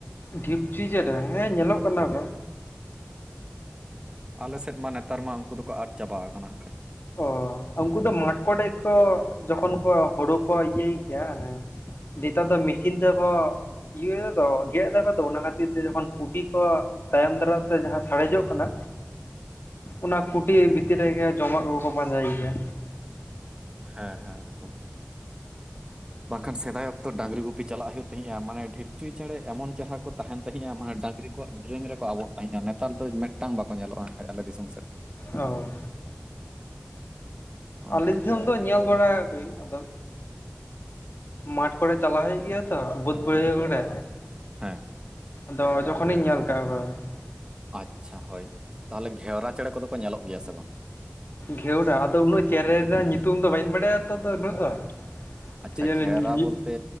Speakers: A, on the left (about 65°); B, on the right (about 20°).
A: ᱰᱷᱤᱯᱪᱩᱤ ᱡᱮᱨᱮ ᱦᱮᱸ ᱧᱮᱞᱚᱜ ᱠᱟᱱᱟ ᱠᱚ
B: ᱟᱞᱮ ᱥᱮᱫ ᱢᱟ ᱱᱮᱛᱟᱨ ᱢᱟ ᱩᱱᱠᱩ ᱫᱚᱠᱚ ᱟᱫ ᱪᱟᱵᱟ ᱟᱠᱟᱱᱟ ᱠᱷᱟᱡ
A: ᱚ ᱩᱱᱠᱩ ᱫᱚ ᱢᱟᱴᱠᱚᱰᱮᱡ ᱠᱚ ᱡᱚᱠᱷᱚᱱ ᱠᱚ ᱦᱩᱲᱩ ᱠᱚ ᱤᱭᱟᱹᱭ ᱜᱮᱭᱟ ᱦᱮ <unintelligible> ᱱᱮᱛᱟᱨ ᱫᱚ ᱢᱮᱥᱤᱱ ᱛᱮᱠᱚ ᱤᱭᱚ ᱫᱚ ᱜᱮᱫ ᱫᱟᱠᱚ ᱛᱚ ᱚᱱᱟ ᱠᱷᱟᱹᱛᱤᱨ ᱛᱮ ᱡᱚᱠᱷᱚᱱ ᱠᱩᱴᱤ ᱠᱚ ᱛᱟᱭᱚᱢ ᱫᱟᱨᱟᱢ ᱛᱮ ᱡᱟᱦᱟᱸ ᱥᱟᱲᱮᱡᱚᱜ ᱠᱟᱱᱟ ᱚᱱᱟ ᱠᱩᱴᱤ ᱵᱷᱤᱛᱤᱨ ᱨᱮᱜᱮ ᱡᱚᱢᱟᱜ ᱠᱚ ᱠᱚ ᱯᱟᱸᱡᱟᱭ ᱜᱮᱭᱟ
B: ᱦᱮᱸ ᱦᱮᱸ ᱮᱠᱫᱚᱢ ᱵᱟᱝᱠᱷᱟᱱ ᱥᱮᱫᱟᱭ ᱚᱠᱛᱚ ᱰᱟᱝᱨᱤ ᱜᱩᱯᱤ ᱪᱟᱞᱟᱜ ᱦᱩᱭᱩᱜ ᱛᱟᱦᱮᱸᱜ-ᱟ ᱢᱟᱱᱮ ᱰᱷᱤᱯᱪᱩᱭ ᱪᱮᱬᱮ ᱮᱢᱚᱱ ᱪᱮᱦᱨᱟ ᱠᱚ ᱛᱟᱦᱮ ᱛᱟᱦᱮᱸᱜ-ᱟ ᱢᱟᱱᱮ ᱰᱟᱝᱨᱤ ᱰᱮᱨᱮᱝ ᱨᱮᱠᱚ ᱟᱵᱚᱜ ᱛᱟᱦᱮᱸᱫ-ᱟ ᱱᱮᱛᱟᱨ ᱫᱚ ᱢᱤᱫᱴᱟᱝ ᱵᱟᱠᱚ ᱧᱮᱞᱚᱜ-ᱟᱱ ᱟᱞᱮ ᱫᱤᱥᱚᱢ ᱥᱮᱫ
A: ᱚᱦᱚ
B: ᱚᱱᱮ
A: ᱟᱞᱮ
B: ᱚᱱᱠᱟ
A: ᱫᱤᱥᱚᱢ ᱫᱚ ᱧᱮᱞ ᱵᱟᱲᱟ ᱠᱟᱠᱚᱤᱱ ᱟᱫᱚ ᱢᱟᱴᱷ ᱠᱚᱨᱮ ᱪᱟᱞᱟᱣ ᱦᱩᱭᱩᱜ ᱜᱮᱭᱟ ᱛᱚ ᱵᱟᱹᱫᱽ ᱵᱟᱹᱦᱟᱹᱲ ᱠᱚᱨᱮ
B: ᱦᱮᱸ
A: ᱟᱫᱚ ᱡᱚᱠᱷᱚᱱᱤᱧ ᱧᱮᱞ ᱟᱠᱟᱫ-ᱟ <unintelligible>
B: ᱟᱪᱪᱷᱟ ᱦᱳᱭ ᱛᱟᱦᱚᱞᱮ ᱜᱷᱮᱣᱨᱟ ᱪᱮᱬᱮ ᱠᱚᱫᱚ ᱠᱚ ᱧᱮᱞᱚᱜ ᱜᱮᱭᱟ ᱥᱮ ᱵᱟᱝ
A: ᱜᱷᱮᱣᱲᱟ ᱟᱫᱚ ᱩᱱᱟᱹᱜ ᱪᱮᱬᱮ ᱨᱮᱱᱟᱜ ᱧᱩᱛᱩᱢ ᱫᱚ ᱵᱟᱹᱧ ᱵᱟᱲᱟᱭᱟ ᱛᱚ ᱫᱚ ᱩᱱᱟᱹᱜ ᱫᱚ
B: ᱟᱪᱪᱷᱟ
A: ᱥᱮ ᱡᱚᱱᱱᱮ
B: ᱜᱮᱨᱟ ᱵᱚᱞᱛᱮ